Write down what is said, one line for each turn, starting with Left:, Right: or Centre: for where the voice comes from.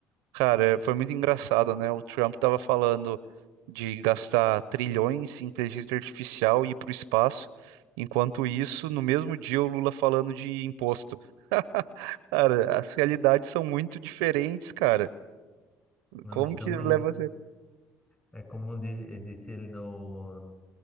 Right: cara, foi muito engraçado, né? O Trump tava falando de gastar trilhões em inteligência artificial e ir pro espaço. Enquanto isso, no mesmo dia, o Lula falando de imposto. <laughs> Cara, as realidades são muito diferentes, cara.
Left: não
Right: Como
Left: estamos,
Right: que leva a sério?
Left: é como di- disse ele no,